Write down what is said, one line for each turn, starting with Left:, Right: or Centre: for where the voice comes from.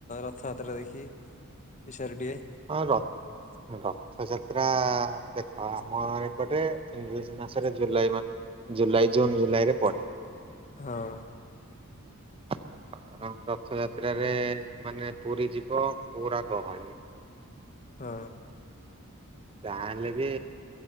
Left: ରଥଯାତ୍ରା ଦେଖି ବିଷୟରେ ଟିକେ
Right: ହଁ ର-ର ରଥଯାତ୍ରା ଦେଖ ଆମ ଏପଟେ ଇଂରେଜ ମାସରେ ଜୁଲାଇ ମା ଜୁଲାଇ ଜୁନ୍ ଜୁଲାଇ ରେ ପଡେ।
Left: ହଁ।
Right: <inaudible> ରଥଯାତ୍ରାରେ ମାନେ ପୁରୀ ଯିବ ପୁରା ଗହଳି।
Left: ହଁ।
Right: ଯାହା ହେଲେ ବି